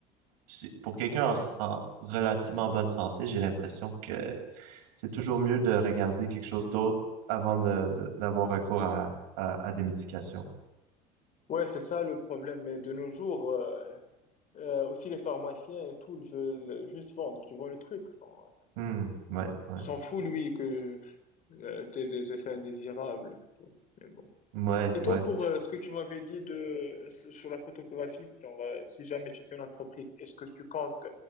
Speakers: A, on the right (about 80°); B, on the left (about 45°).
A: C'est- Pour quelqu'un
B: ouais,
A: en, s- en relativement bonne santé, j'ai l'impression que c'est toujours mieux de regarder quelque chose d'autre avant de, de- d'avoir recours à, à, à des médications.
B: ouais, c'est ça le problème. Mais de nos jours, euh, Euh, aussi les pharmaciens et tout, ils veulent juste vendre, tu vois le truc. genre.
A: Hmm, ouais, ouais,
B: il s'en foutent lui, que euh, t'aies des effets indésirables. tu vois. Mais bon.
A: ouais,
B: Et toi,
A: ouais.
B: pour euh, ce que tu m'avais dit de, sur la photographie, genre, euh, si jamais tu fais une entreprise, est-ce que tu comptes